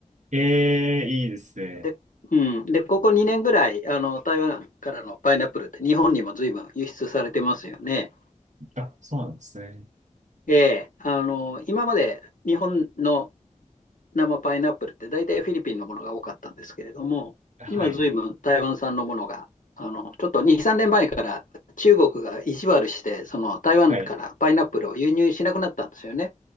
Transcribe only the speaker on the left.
で、うん。で、ここ2年ぐらい、あの、台湾からのパイナップルって日本にも随分輸出されてますよね。
ええ、あの、今まで日本の生パイナップルって大体フィリピンのものが多かったんですけれども、
今ずいぶん台湾産のものが、あの、ちょっと2、3年前から中国が意地悪して、その台湾からパイナップルを輸入しなくなったんですよね。